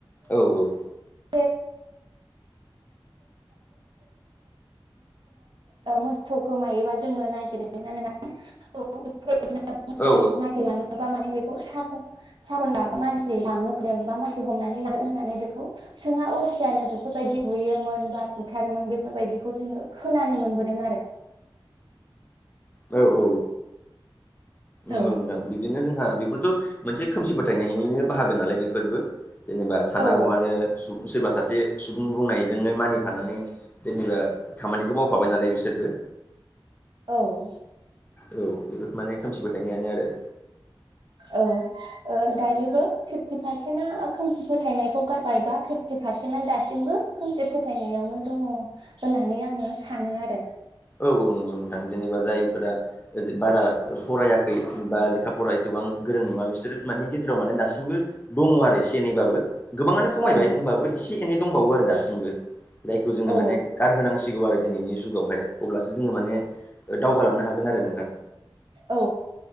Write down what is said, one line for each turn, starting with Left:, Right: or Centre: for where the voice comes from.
Left: औ औ।
Right: <inaudible> <inaudible> मोसौ गोमायोबा जोङो नागिरो <inaudible>
Left: औ
Right: <inaudible> नागिरलाङो नबा माने बेखौ साख' <unintelligible> मानसि लांनो फैदों बा मानसि हमनानै लागोनो होननानै बेखौ सोङा असियानो बे फोरबायदि बुयोमोन बा बुथारोमोन बेफोरबायदिखौ जोङो खोनानो मोनबोदों आरो।
Left: औ औ नोंगौ
Right: औ
Left: नोंथां। ओ बिबदिनो जोंहा बेफोरथ' मोनसे खोमसि फोथायनायनिनो बाहागो नालाय बेफोरबो। जेनेबा साना
Right: औ
Left: हौवानो सु सोरबा सासे सुबुं बुंनायजोंनो मानिफानानै जेनेबा खामानिखौ मावफाबाय नालाय बिसोरबो
Right: औ
Left: औ बेखौथ' माने खोमसि फथायनायानो आरो
Right: औ दायोबो फिफटि पारसेन्टा खोमसि फोथायनायखौ गारबायबा फिफ्टि पारसेन्टा दासिमबो खोमसि फोथायनायावनो दङ होननानै आङो सानो आरो
Left: औ औ नंगौ नोंथां जेनेबा जायफोरा बारा फरायाखै बा लेखा फरा एसेबां गोरों नङा बिसोर मानि गेजेराव माने दासिमबो दङ आरो एसे एनैबाबो गोबाङानो खमायबाय
Right: औ
Left: होनबाबो एसे एनै दंबावो आरो दासिमबो जायखौ जोङो
Right: औ
Left: माने गारहोनांसिगौ आरो दिनैनि जुगावहाय अब्लासो जोङो माने ओ दावगालांनो हागोन आरो नोंथां।
Right: औ